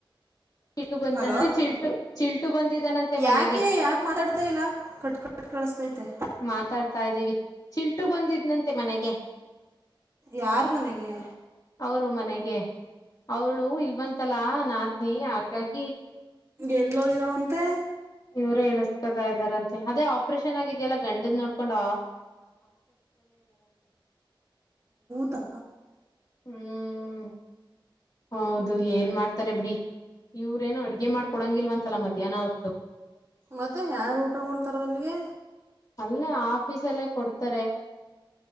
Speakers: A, on the left (about 45°); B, on the right (about 35°).
A: ಚಿಟು ಬಂದ
B: ಹಲೋ
A: ಚಿಲ್ಟು ಚಿಲ್ಟು ಬಂದಿದ್ದಾನಂತೆ ಮನೆಗೆ
B: ಯಾಕೆ ಯಾಕೆ ಮಾತಾಡ್ತಾ ಇಲ್ಲ ಕಟ್ ಕಟ್ ಕೇಳಿಸ್ತೈತೆ
A: ಮಾತಾಡ್ತಾ ಇದ್ದೀವಿ ಚಿಲ್ಟು ಬಂದಿದ್ನಂತೆ ಮನೆಗೆ
B: ಯಾರ ಮನೆಗೆ
A: ಅವರು ಮನೆಗೆ ಅವರು ಇಲ್ವಂತಲ್ಲ ನಾದ್ನಿ ಹಾಗಾಗಿ
B: ಎಲ್ಲೋೋಗರ ಅಂತೆ
A: ಇವರು ಎ ಹೇಳಿಸಸ್ಕೊತಾ ಇದಾರಂತೆ ಅದೇ ಆಪರೇಷನ್ ಆಗಿದೆಯಲ್ಲ ಗಂಡದ್ ನೋಡ್ಕೊಂಡ
B: ದಾ
A: ಹ್ಮ್ ಹೌದು ಏನ್ ಮಾಡ್ತಾರೆ ಬಿಡಿ ಇವ್ರೇನು ಅಡ್ಗೆ ಮಾಡ್ಕೊಡಂಗಿಲ್ವಂತಲ್ಲ ಮಧ್ಯಾಹ್ನ ಹ
B: ಮತ್ತೆ ಯಾರು ಊಟ ಕೊಡ್ತಾರ ಅಲ್ಲಿಗೆ
A: ಅಲ್ಲೇ ಆಫೀಸ್ಲ್ಲೇ ಕೊಡ್ತಾರೆ